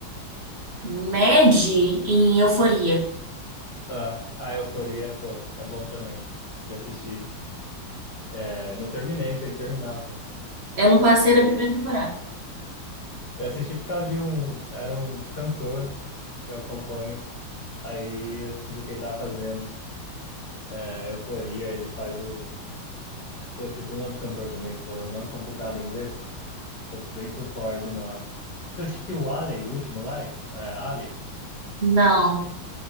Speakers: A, on the right (about 30°); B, on the left (about 50°).
A: Maddie em Euforia.
B: Ah, a Euforia, pô, é bom também de assistir. É, não terminei, tem que terminar, pô.
A: Eu não passei
B: Euforia.
A: da primeira temporada.
B: Eu assisti por causa de um. Era um cantor que eu acompanho. Aí eu descobri o que ele tava fazendo. É, Euforia, ele faz o Pô, esqueci o nome do cantor também, pô, é um nome complicado em inglês. Tô meio por fora de nome. Você assistiu o Alien, o último lá? É, Alien?
A: Não.